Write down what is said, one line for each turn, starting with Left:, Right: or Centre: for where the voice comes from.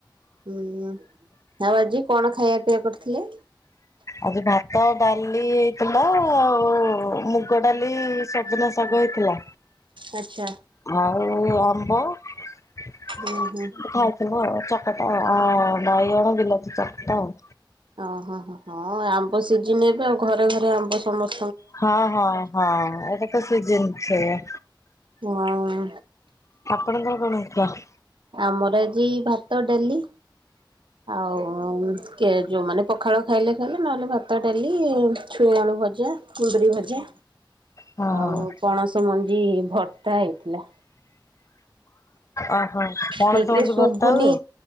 Right: ହଁ, ଆଉ ଆଜି? କଣ ଖାଇବା ପିଇବା କରୁଥିଲେ?
Left: ଆଜି ଭାତ ଡାଲି ହେଇଥିଲା, ଆଉ ମୁଗ ଡାଲି, ସଜନା ଶାଗ ହେଇଥିଲା।
Right: ଆଚ୍ଛା
Left: ଆଉ ଆମ୍ବ ଖାଇଥିଲୁ
Right: ହୁଁ ହୁଁ।
Left: ଆଉ ଚକଟା, ଆ-ଆ ବାଈଗଣ ବିଲାତି ଚକଟା ଆଉ।
Right: ଓ ହୋ ହୋ। ହଁ ଆମ୍ବ ସି ଯିଏ ନେବେ ଆଉ ଘରେ ଘରେ ଆମ୍ବ ସମସ୍ତେ
Left: ହଁ ହଁ ହଁ ଏଟା ତ ସିଜିନ୍ ସେୟା।
Right: ହଁ
Left: କଣ କଣ କଣ କହ?
Right: ଆମର ଆଜି ଭାତ ଡାଲି ଆଉ କି ଯୋଉମାନେ ପଖାଳ ଖାଇଲେ ଖାଇଲେ ନହେଲେ ଭାତ, ଡାଲି, ଛୁଇଁ ଆଳୁ ଭଜା, କୁନ୍ଦୁରି ଭଜା
Left: ହଁ
Right: ଆଉ
Left: ହଁ
Right: ପଣସ ସ ମଞ୍ଜି ଭର୍ତ୍ତା ହେଇଥିଲା।
Left: ଓହୋ ପଣସ
Right: ଠିକରେ
Left: ମଞ୍ଜି
Right: ଶୁଭୁନି
Left: ଭର୍ତ୍ତା ହୁଏ?